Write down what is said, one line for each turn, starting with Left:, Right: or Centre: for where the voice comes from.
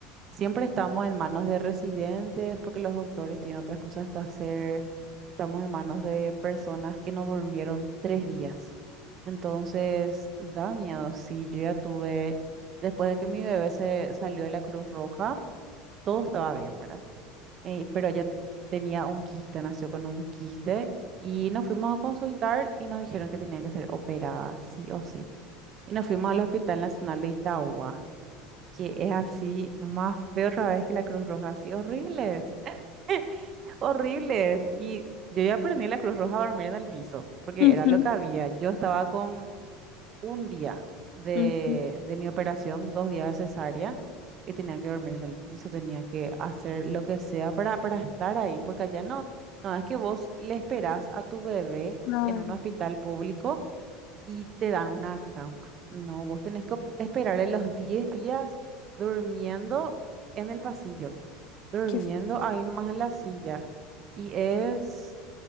Right: Siempre estamos en manos de residentes porque los doctores tienen otras cosas que hacer. Estamos en manos de personas que no durmieron tres días. Entonces, da miedo. Sí, yo ya tuve, después de que mi bebé se salió de la Cruz Roja, todo estaba bien, ¿verdad? Eh, pero ella tenía un quiste, nació con un quiste y nos fuimos a consultar y nos dijeron que tenía que ser operada, sí o sí. Y nos fuimos al Hospital Nacional de Itagua que es así más feo otra vez que la Cruz Roja, así horribles, <laughs> horribles. Y yo ya aprendí en la Cruz Roja a dormir en el piso, porque
Left: Ujú,
Right: era lo que había. Yo estaba con un día de,
Left: ujú,
Right: de mi operación, dos días de cesárea, y tenía que dormir en el piso, tenía que hacer lo que sea para, para estar ahí, porque allá no, no es que vos le esperás a tu bebé
Left: Claro.
Right: en un hospital público y te dan una cama. No, vos tenés que esperarle los 10 días durmiendo en el pasillo, durmiendo
Left: Qué, fu-
Right: ahí nomás en la silla. Y es